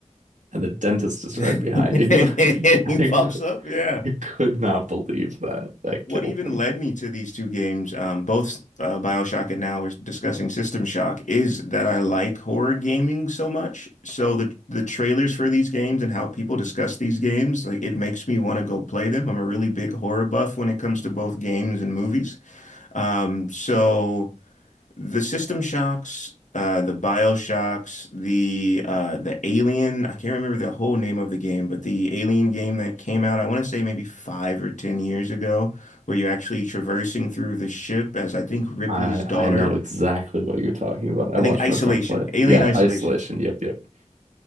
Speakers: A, on the right (about 85°); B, on the left (about 80°).
A: and the dentist is
B: <laughs>
A: right behind you.
B: he
A: <laughs> I,
B: pops
A: cou-
B: up. Yeah.
A: I could not believe that. That
B: What
A: killed
B: even
A: me.
B: led me to these two games, um, both uh, BioShock and now we're discussing System Shock, is that I like horror gaming so much. So the the trailers for these games and how people discuss these games, like it makes me want to go play them. I'm a really big horror buff when it comes to both games and movies. Um, so the System Shocks, uh, the BioShocks, the uh, the Alien. I can't remember the whole name of the game, but the Alien game that came out, I want to say maybe five or ten years ago, where you're actually traversing through the ship as I think Ripley's
A: I
B: daughter.
A: I know exactly what you're talking about. I
B: I
A: watched
B: think Isolation,
A: my friend play it.
B: Alien
A: Yeah,
B: Isolation.
A: Isolation. Yep, yep.